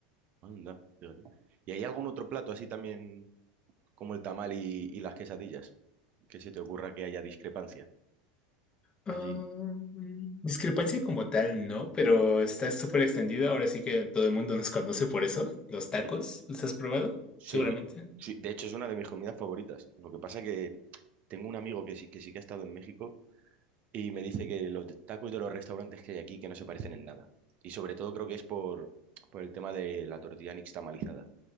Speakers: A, on the right; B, on the left.
A: Anda, fíjate. ¿Y hay algún otro plato así también como el tamal y, y las quesadillas? Que se te ocurra que haya discrepancia
B: Ah,
A: allí.
B: mm, discrepancia como tal, no, pero está súper extendido. Ahora sí que todo el mundo nos conoce por eso. Los tacos,
A: ¿Mm?
B: ¿los has probado?
A: Sí,
B: Seguramente.
A: sí. De hecho, es una de mis comidas favoritas. Lo que pasa que tengo un amigo que sí que, sí que ha estado en México y me dice que los de- tacos de los restaurantes que hay aquí que no se parecen en nada. Y sobre todo creo que es por, por el tema de la tortilla nixtamalizada,